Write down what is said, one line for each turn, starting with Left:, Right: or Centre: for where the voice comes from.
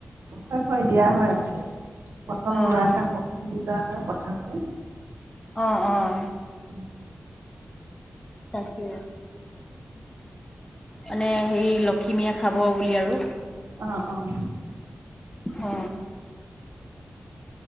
Right: হয়-হয়, দিয়া হয়। প্ৰথম
Left: অ',
Right: ৰোৱা দিনা প্ৰথম বুলি কৰা হয় পথাৰতে।
Left: উমঁ-উম।
Right: উম।
Left: তাকে, মানে সেই লখিমীয়ে খাব বুলি আৰু।
Right: অঁহ', -অঁহ', -।
Left: অ।